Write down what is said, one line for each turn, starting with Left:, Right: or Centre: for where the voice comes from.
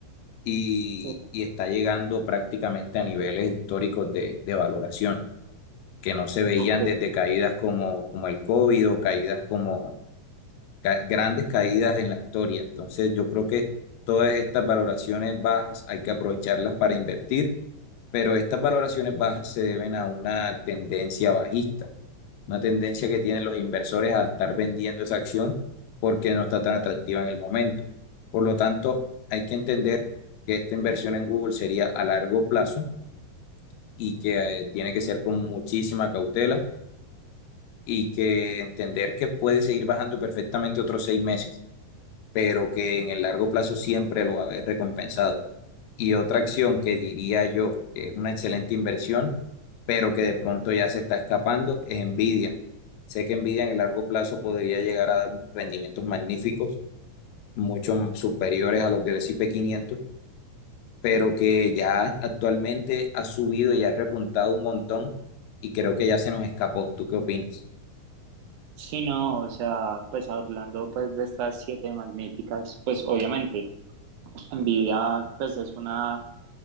Left: y,
Right: Ok.
Left: y está llegando prácticamente a niveles históricos de de valoración que no se veían
Right: Ok,
Left: desde caídas como, como el COVID o caídas como ca- grandes caídas en la historia. Entonces, yo creo que todas estas valoraciones bajas hay que aprovecharlas para invertir, pero estas valoraciones bajas se deben a una tendencia bajista, una tendencia que tienen los inversores a estar vendiendo esa acción porque no está tan atractiva en el momento. Por lo tanto, hay que entender que esta inversión en Google sería a largo plazo y que eh, tiene que ser con muchísima cautela y que entender que puede seguir bajando perfectamente otros seis meses, pero que en el largo plazo siempre lo va a haber recompensado. Y otra acción que diría yo que es una excelente inversión, pero que de pronto ya se está escapando, es Nvidia. Sé que Nvidia en el largo plazo podría llegar a dar rendimientos magníficos, mucho superiores a los del S&P 500, pero que ya actualmente ha subido y ha repuntado un montón y creo que ya se nos escapó. ¿Tú qué opinas?
Right: sí, no, o sea, pues hablando pues de estas siete magníficas, pues obviamente, Nvidia pues es una